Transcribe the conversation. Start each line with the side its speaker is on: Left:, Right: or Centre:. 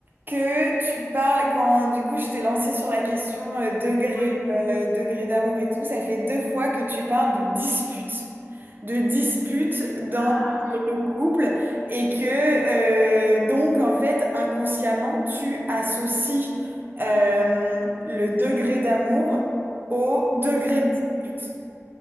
Right: que tu parles quand du coup je t'ai lancé sur la question euh, degré
Left: ouais.
Right: euh, degré d'amour et tout, ça fait deux fois que tu parles de dispute, de dispute dans
Left: Ah oui.
Right: le couple et que euh, donc en fait inconsciemment tu associes euh, le degré d'amour au degré
Left: Mhm.
Right: de dispute.